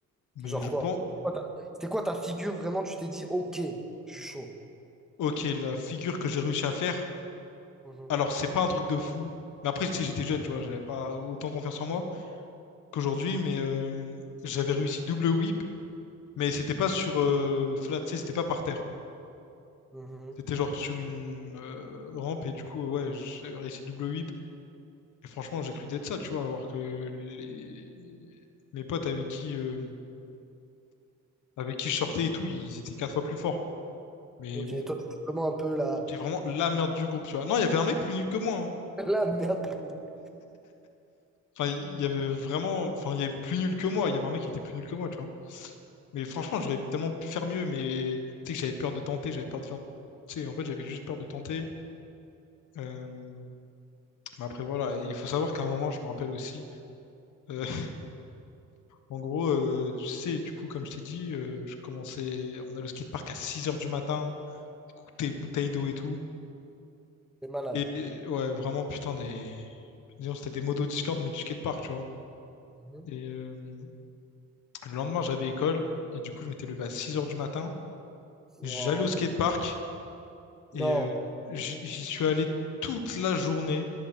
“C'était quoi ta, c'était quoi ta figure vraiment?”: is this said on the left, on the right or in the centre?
Centre